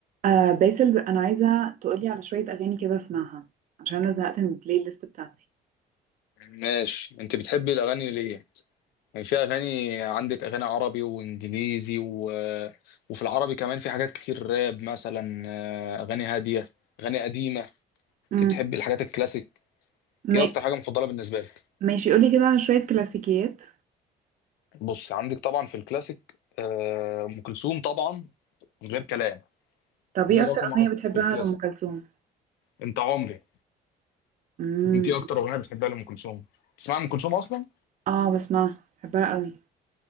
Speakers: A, on the right; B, on the left.
A: آه باسل انا عايزه تقولي على شويه اغاني كده اسمعها عشان انا زهقت من البلاي ليست بتاعتي
B: ماشي انت بتحبي الاغاني ليه يعني في اغاني عندك اغاني عربي وانجليزي و... وفي العربي كمان في حاجات كتير راب مثلا آه، اغاني هاديه اغاني قديمه
A: امم
B: انت بتحبي الحاجات الكلاسيك
A: ما...
B: ايه اكتر حاجه مفضله بالنسبه لك
A: ماشي قولي كده على شويه كلاسيكيات
B: بص عندك طبعا في الكلاسيك آه، ام كلثوم طبعا من غير كلام
A: طب
B: دي
A: ايه اكتر
B: رقم
A: اغنيه
B: واحد
A: بتحبها
B: في الكلاسيك
A: لام كلثوم
B: انت عمري
A: امم
B: انت ايه اكتر اغنيه بتحبها لام كلثوم تسمع ام كلثوم اصلا
A: اه بسمعها بحبها قوي